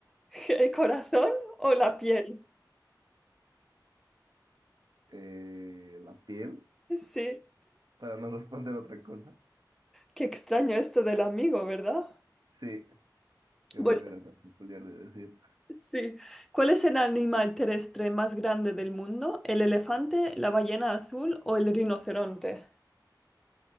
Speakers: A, in the centre; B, on the right.
A: <laughs> ¿El corazón o la piel?
B: Eh, la piel,
A: Sí,
B: para no responder otra cosa.
A: qué extraño esto del amigo, ¿verdad?
B: Sí, qué
A: Bueno,
B: manera tan peculiar de decir.
A: sí. ¿Cuál es el animal terrestre más grande del mundo? ¿El elefante, la ballena azul o el rinoceronte?